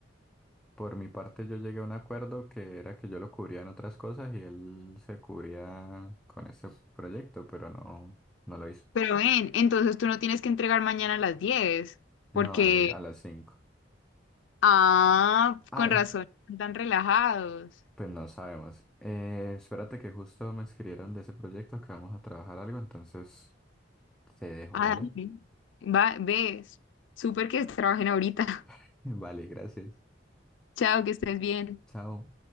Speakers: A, in the centre; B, on the left.
A: Por mi parte, yo llegué a un acuerdo que era que yo lo cubría en otras cosas y él se cubría con ese proyecto, pero no, no lo hizo.
B: Pero ven, entonces tú no tienes que entregar mañana a las diez, porque,
A: No, eh, a las cinco
B: ah,
A: Ah,
B: con razón,
A: uh,
B: están relajados.
A: pues no sabemos. Eh, espérate que justo me escribieron de ese proyecto que vamos a trabajar algo, entonces te dejo,
B: Ah,
A: ¿vale?
B: dale. va, ves, súper que trabajen ahorita.
A: <laughs> Vale, gracias.
B: <laughs> Chao, que estés bien.
A: Chao.